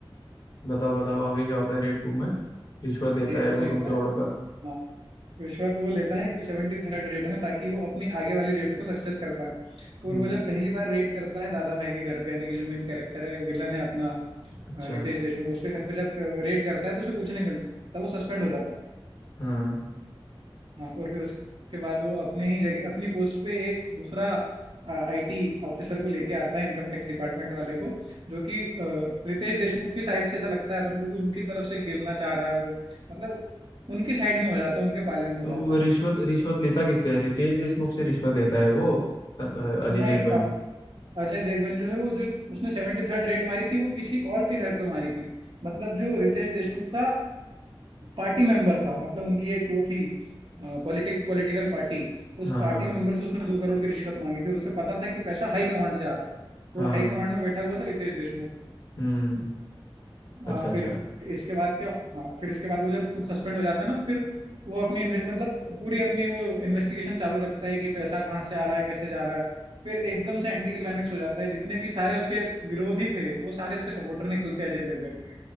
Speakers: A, on the left (about 50°); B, on the right (about 65°).
A: बताओ बताओ आगे क्या होता है रेड टू में रिश्वत लेता
B: रेड
A: है
B: टू में
A: वो दो
B: ही होता
A: करोड़
B: है
A: का
B: हाँ रिश्वत वो लेता है सेवेंटी थर्ड रेड में ताकि वो अपनी आगे वाली रेड को सक्सेस कर पाए
A: हम्म
B: और वो जब पहली बार रेड करता है दादा भाई के घर पे यानी कि जो मेन कैरेक्टर है विलन है अपना
A: अच्छा
B: अ, रितेश देशमुख उसके घर पे जब रेड करता है तो उसे कुछ नहीं मिलता वो सस्पेंड हो जाता है
A: हाँ
B: हाँ और फिर उसके बाद वो अपने ही जगह अपनी पोस्ट पे एक दूसरा आईटी ऑफिसर को लेके आता है इनकम टैक्स डिपार्टमेंट वाले को जो कि अ, रितेश देशमुख की साइड से ऐसा लगता है अपन को कि उनकी तरफ से खेलना चाह रहा है वो मतलब उनकी साइड में हो जाता है उनके पाले में हो
A: तो
B: जाता
A: वो
B: है
A: रिश्वत रिश्वत लेता किससे है रितेश देशमुख से रिश्वत लेता है वो अ- अ, अजय
B: नहीं
A: देवगन
B: अब अजय देवगन जो है वो जो उसने सेवेंटी थर्ड रेड मारी थी वो किसी और के घर पे मारी थी मतलब जो रितेश देशमुख का पार्टी मेंबर था मतलब उनकी एक वो थी पॉलिटिक पॉलिटिकल पार्टी
A: हाँ
B: उस पार्टी
A: हाँ
B: मेंबर से उसने दो करोड़ की रिश्वत मांगी थी और उसे पता था कि पैसा हाई कमांड से आ रहा है
A: हाँ
B: और हाई कमांड में बैठा हुआ था रितेश देशमुख
A: हम्म अच्छा
B: हाँ
A: अच्छा
B: फिर इसके बाद क्या हाँ फिर इसके बाद वो जब खुद सस्पेंड हो जाता है ना फिर वो अपनी इन्वेस्ट मतलब पूरी अपनी वो इन्वेस्टिगेशन चालू रखता है कि पैसा कहाँ से आ रहा है कैसे जा रहा है फिर एकदम से एंटी क्लाइमेक्स हो जाता है जितने भी सारे उसके विरोधी थे वो सारे इसके सपोर्टर निकलते हैं अजय देवगन के